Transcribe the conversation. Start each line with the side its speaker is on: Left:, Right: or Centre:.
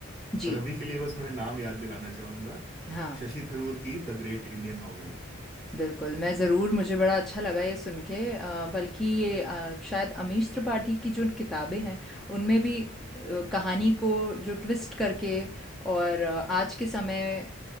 Centre: जी
Right: पर अभी के लिए बस मैं नाम याद दिलाना चाहूंगा
Centre: हाँ
Right: शशि थरूर की द ग्रेट इंडियन नॉवेल
Centre: बिल्कुल, मैं ज़रूर मुझे बड़ा अच्छा लगा ये सुन के अ, बल्कि ये अ, शायद अमीश त्रिपाठी की जो किताबें हैं, उनमें भी अ, कहानी को जो ट्विस्ट
Right: हाँ
Centre: करके और अ, आज के समय अ,